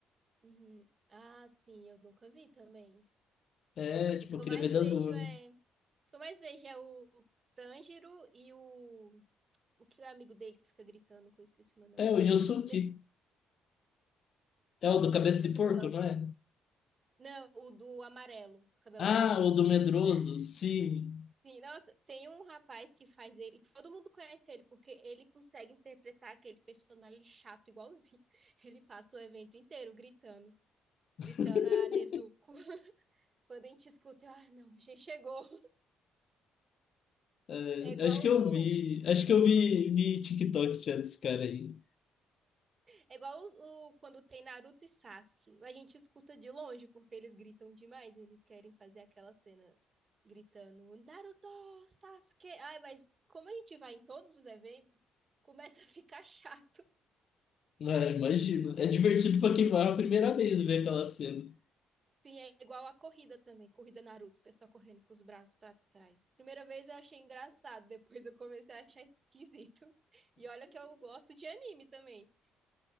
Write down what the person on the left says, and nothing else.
É, tipo,
eu
queria
ver das
luas.
É,
o Inosuke.
É o do cabeça
de
porco, não é?
Ah,
o do medroso,
sim.
<laughs>
É,
acho que eu vi. Acho que eu vi, vi TikTok já desse cara aí.
Ah, imagino. É divertido pra quem vai a primeira vez ver aquela cena.